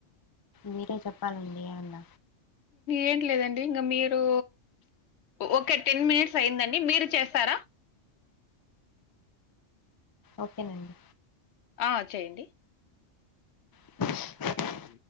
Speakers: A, on the left (about 35°); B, on the left (about 65°).
A: మీరే చెప్పాలండి ఏమన్న
B: ఏం లేదండి ఇంకా మీరూ ఓకే టెన్ మినిట్స్ అయిందండి మీరు చేస్తారా
A: ఓకేనండి
B: ఆ చేయ్యడి
A: అ
B: ఉ